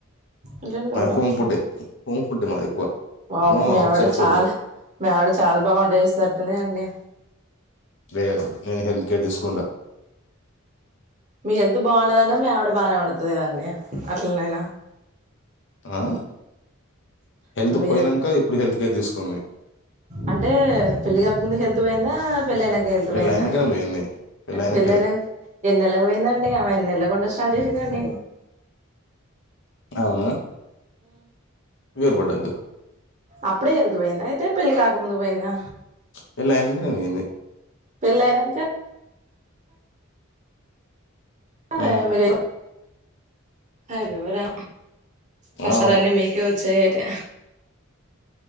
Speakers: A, on the right; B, on the left.
A: ఇంట్లోనే తాగుతారా
B: మ హోమ్ ఫుడే హోమ్ ఫుడ్ ఏ మాది ఎక్కువ
A: వావ్
B: నో
A: మీ
B: ఔట్సైడ్
A: ఆవిడ
B: ఫుడ్
A: చాలా మీ ఆవిడ చాల్ బాగ వంట చేస్తదంట కదా అండి
B: లేదు నేనే హెల్త్ కేర్ తీసుకుంటా
A: మీ హెల్త్ బాగుండదన్న మీ ఆవిడ బానే ఓండుతది కద అండి అట్లనైనా
B: ఆ
A: ఇప్పుడు
B: హెల్త్
A: మీ
B: పోయినంక ఇప్పుడు హెల్త్ కేర్ తీసుకుంది.
A: అంటే పెళ్లి కాక ముందు హెల్త్ పోయిందా, పెళ్ళి అయినాక హెల్త్
B: పెళ్ళి
A: పోయిందా
B: అయినాకనే
A: అండి.
B: పోయింది పెళ్ళి అయినాకనే
A: పెళ్లి అయినంక ఎన్నెల్లకి పోయిందండి. ఆమే ఎన్నెల్లా గుండా స్టార్ట్ చేసి తినండి
B: అవున మీరుపడండి
A: అప్పుడే హెల్త్ పోయిందా అయితే పెళ్లి కాకముందు పోయిందా
B: పెళ్లి అయినంగనే పోయింది.
A: పెళ్ళైనంక అ
B: ఉమ్
A: మీరేమి హయ్యోరా కష్టాలన్నీ
B: అవును
A: మికే ఒ చై ఐతే